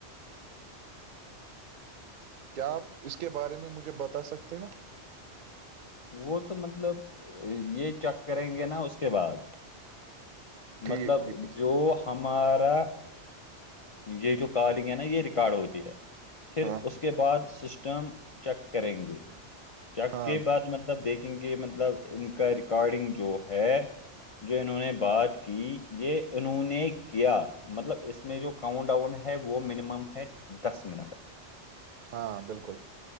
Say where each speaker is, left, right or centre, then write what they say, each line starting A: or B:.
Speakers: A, on the right; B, on the left.
A: کیا آپ اس کے بارے میں مجھے بتا سکتے ہو
B: وہ تو مطلب یہ چیک کریں گے نا اس کے بعد
A: ٹھیک
B: مطلب
A: ٹھیک
B: جو ہمارا یہ جو کالنگ ہے نا یہ ریکارڈ ہوتی ہے پھر
A: ہاں
B: اس کے بعد سسٹم چیک کریں گے چیک
A: ہاں
B: کے بعد مطلب دیکھیں گے مطلب ان کا ریکارڈنگ جو ہے جو انہوں نے بات کی یہ انہوں نے کیا مطلب اس میں جو کاؤنٹ ڈاؤن ہے وہ منیمم ہے دس منٹ
A: ہاں بالکل